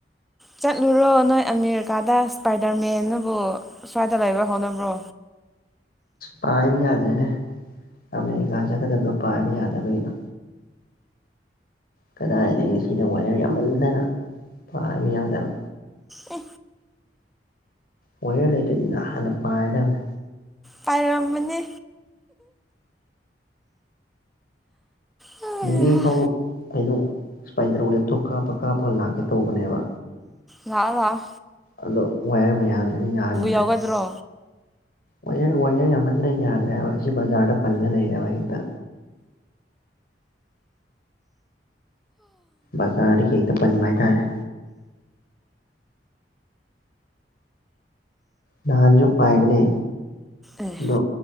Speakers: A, in the centre; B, on the left (about 55°).
A: ꯆꯠꯂꯨꯔꯣ ꯅꯣꯏ ꯑꯃꯦꯔꯤꯀꯥꯗ ꯏꯁꯄꯥꯏꯗꯔꯃꯦꯟꯅꯕꯨ ꯁ꯭ꯋꯥꯏꯗ ꯂꯩꯕ ꯍꯧꯥꯎꯅꯕ꯭ꯔꯣ
B: ꯄꯥꯏꯕꯤ ꯌꯥꯗꯦꯅꯦ ꯑꯦꯔꯤꯀꯥ ꯆ ꯀꯗꯗ ꯄꯕꯤ ꯌꯥꯗꯈꯗ ꯀꯗꯥꯏꯗꯒꯤ ꯁꯤꯗ ꯋꯥꯌꯔ ꯌꯥꯝꯃꯟꯗꯅ ꯄꯥꯕ ꯌꯥꯗꯕ
A: ꯑ
B: ꯍꯔ ꯂꯩꯇꯗꯤ ꯅꯍ ꯍꯥꯟꯅ ꯄꯥꯏꯔꯗꯕꯅꯦ
A: ꯄꯥꯏꯔꯝꯃꯅꯤ ꯂꯥꯛꯑꯣ
B: ꯅꯅꯦ ꯐꯥꯎ ꯀꯩꯅꯣ ꯏꯁꯄꯥꯏꯗꯔ ꯋꯦꯞꯇꯣ ꯀꯥꯞꯄ ꯀꯥꯞꯄꯒ ꯂꯥꯛꯀꯦ ꯇꯧꯕꯅꯦꯕ
A: ꯂꯥꯛꯑꫭ ꯂꯥꯛꯑꫭ
B: ꯑꯗꯣ ꯋꯥꯌꯔ ꯃꯌꯥꯝꯁꯤꯅ ꯌꯥꯍꯟꯗ꯭ꯔꯦ
A: ꯌꯥꯎꯒꯗ꯭ꯔꯣ
B: ꯋ‌ꯦꯌꯔ ꯋ‌ꯦꯌꯔ ꯌꯥꯝꯃꯟꯗ꯭ꯔꯦ ꯌꯥꯗ꯭ꯔꯦ ꯍꯥꯏꯕ ꯁꯤ ꯕꯖꯥꯔꯗ ꯄꯜꯂ ꯂꯩꯔꯦ ꯋꯥꯍꯤꯇ ꯕꯖꯔꯗꯤꯀꯩꯇ ꯄꯟꯕ ꯍꯏꯇꯥꯥꯔꯦ ꯅꯍꯥꯟꯁꯨ ꯄꯥꯏꯕꯅꯦ
A: ꯑꯦ
B: ꯑꯗꯣ